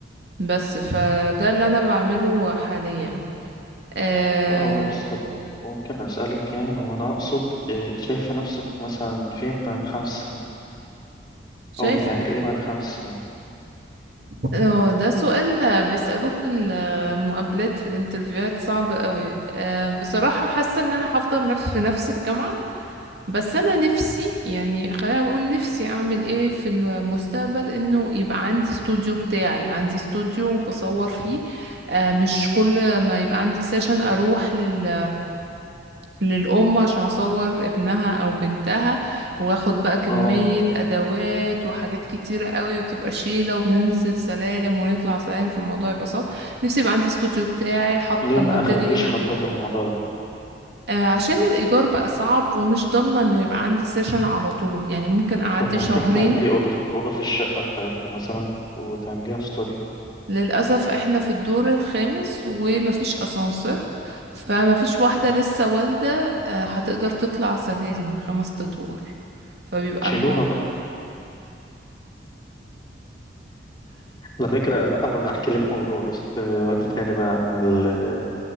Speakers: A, on the right (about 60°); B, on the left (about 25°).
A: بس فده اللي أنا بعمله حاليا آه،
B: لا هو بس طب ممكن اسالك يعني هو انا اقصد آه، شايفه نفسك مثلا فين بعد خمس سنين
A: شايف
B: او بتعملي ايه بعد خمس سنين
A: اه ده سؤال بيسألوه في المقابلات في الانترفيوهات صعب قوي أه بصراحة حاسة ان انا هفضل نف في نفس الجامعة بس انا نفسي يعني خلينا اقول نفسي اعمل ايه في المستقبل انه يبقى عندي استوديو بتاعي عندي استوديو بصور فيه أه مش كل ما يبقى عندي سيشن اروح لل للأم عشان أصور ابنها أو بنتها وآخد بقى كمية
B: اه
A: أدوات وحاجات كتيرة قوي وبتبقى شيلة وبننزل سلالم ونطلع سلالم فالموضوع يبقى صعب نفسي يبقى عندي استوديو بتاعي حاطة
B: ليه
A: الماتيريال
B: ما أخدتيش
A: وكده
B: خطوة في الموضوع ده؟
A: آه، عشان الإيجار بقى صعب ومش ضامنة إنه يبقى عندي سيشن على طول يعني ممكن أعدي
B: طب ممكن
A: شهرين
B: تعملي أوضة في أوضة في الشقة بتاعتكم مثلا وتعمليها استوديو
A: للأسف احنا في الدور الخامس ومفيش أسانسير فمفيش واحدة
B: مم.
A: لسه والدة آه، هتقدر تطلع سلالم خمس أدوار فبيبقى
B: شيلوها
A: الموضوع
B: بقى على فكرة أبقى أحكي لك موضوع بس آه، وقت تاني بقى عن ال...